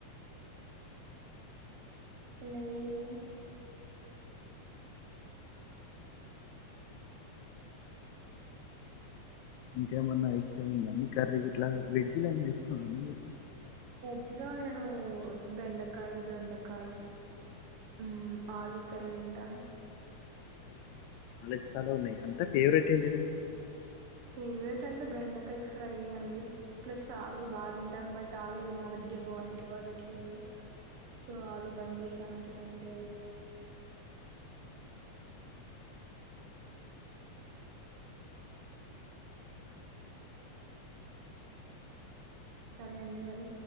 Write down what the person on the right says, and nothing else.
లేదు
జర నేను బెండకాయ్ దొండకాయ్ ఉమ్ ఆలూ క ఇవి తింటాను
ఫేవరెట్ అంటే బెండకాయ్ ఫ్రై అండి. ప్లస్ ఆలు బాగా తింటాను బట్ ఆలు నా మధ్య బాడీకి పడట్లేదు. సో అల్లు బంజేసాను తినుడ్ క్లే సరే అండి మరి